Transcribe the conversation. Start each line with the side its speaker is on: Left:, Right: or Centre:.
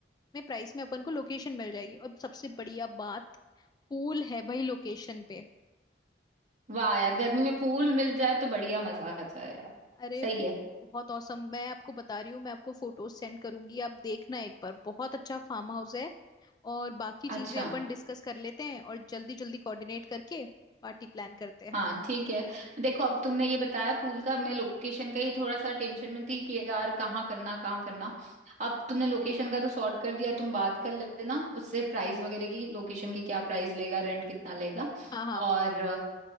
Left: में प्राइस में अपन को लोकेशन मिल जाएगी और सबसे बढ़िया बात पूल है भाई लोकेशन पे
Right: वाह यार गर्मी में पूल मिल जाए तो बढ़िया मजा आ जाए यार
Left: अरे
Right: सही
Left: बहुत
Right: है
Left: औसम मैं आपको बता रही हूँ मैं आपको फोटोज सेंड करूंगी आप देखना एक बार बहुत अच्छा फार्म हाउस है और बाकी
Right: अच्छा
Left: चीजें अपन डिस्कस कर लेते हैं और जल्दी जल्दी कोऑर्डिनेट करके पार्टी प्लान करते हैं
Right: हाँ ठीक है देखो अब तुमने ये बताया पूल का मैं लोकेशन का ही थोड़ा सा टेंशन में थी कि यार कहाँ करना कहाँ करना अब तुमने लोकेशन का तो सॉर्ट कर दिया तुम बात कर लेना उससे प्राइस वगैरह की लोकेशन की क्या प्राइस लेगा रेंट कितना लेगा
Left: हाँ हाँ
Right: और